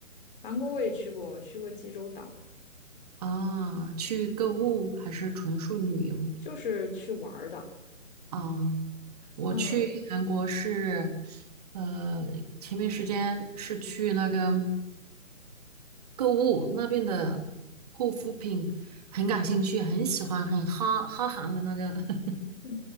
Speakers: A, on the left; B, on the right.
A: 韩国我也去过，我去过济州岛，
B: 啊。去购物还是纯属旅游
A: 就是去玩儿的。
B: 啊？我去韩国是，
A: 嗯
B: 呃，前面时间是去那个购物那边的护肤品，很感兴趣，很喜欢，很哈哈韩的那个 <laughs>
A: 嗯，